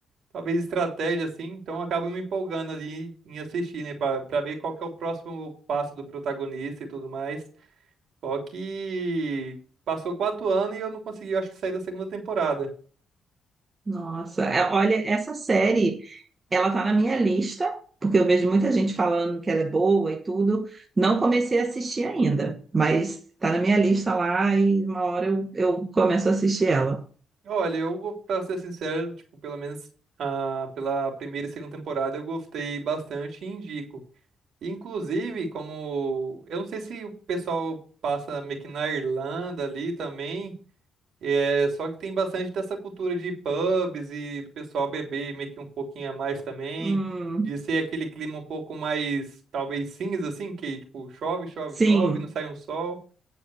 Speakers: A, on the right (about 70°); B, on the right (about 30°).
A: talvez, estratégia, assim, então eu acabo me empolgando ali em assistir, né, pra, pra ver qual que é o próximo passo do protagonista e tudo mais. Só que passou quatro anos e eu não consegui, eu acho que, sair da segunda temporada.
B: Nossa, é- olha, essa série, ela tá na minha lista, porque eu vejo muita gente falando que ela é boa e tudo. Não comecei a assistir ainda, mas tá na minha lista lá e uma hora eu, eu começo a assistir ela.
A: Olha, eu, vou- pra ser sincero, tipo, pelo menos ah, pela primeira e segunda temporada eu gostei bastante e indico. Inclusive, como eu não sei se o pessoal passa meio que na Irlanda ali também, é só que tem bastante dessa cultura de pubs e do pessoal beber meio que um pouquinho a mais também,
B: Hum,
A: de ser aquele clima um pouco mais talvez cinza assim, que tipo chove, chove,
B: sim,
A: chove, não sai um sol,